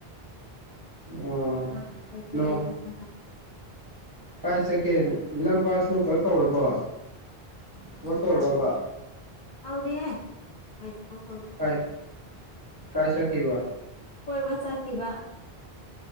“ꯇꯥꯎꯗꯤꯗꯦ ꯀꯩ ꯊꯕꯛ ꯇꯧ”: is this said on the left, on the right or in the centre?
Left